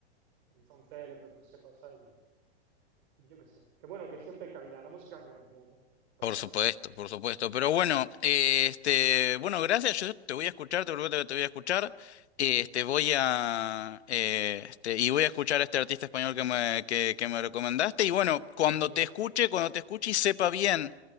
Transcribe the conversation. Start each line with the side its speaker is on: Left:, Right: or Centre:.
Right: Entonces le propuse cosas y, y yo qué sé. Que bueno, que siempre hay cabida. La música es muy amplia, ¿no? Lo
Left: por
Right: saben.
Left: supuesto, por supuesto. Pero bueno, eh,
Right: Y tú,
Left: este, bueno, gracias. Yo te voy a escuchar, te prometo que te voy a escuchar. Eh, Este, voy a, eh, este, y voy a escuchar a este artista español que me, que, que me recomendaste. Y bueno, cuando
Right: en verdad,
Left: te escuche, cuando te escuche y sepa bien